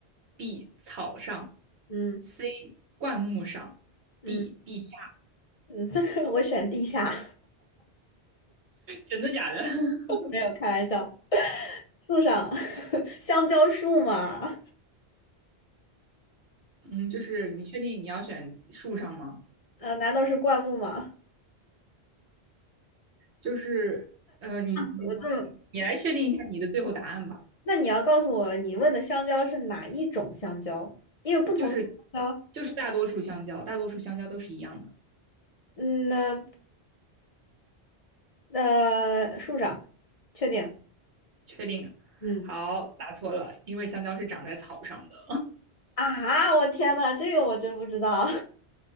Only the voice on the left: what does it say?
嗯
嗯
嗯，<laughs> 我选地下，
<laughs> 没有开玩笑。树上，<laughs> 香蕉树嘛，
呃，难道是灌木吗？
我就，
那你要告诉我，你问的香蕉是哪一种香蕉？因为不同的香蕉，
嗯，那呃，树上，确定，
嗯
啊，我天呐，这个我真不知道，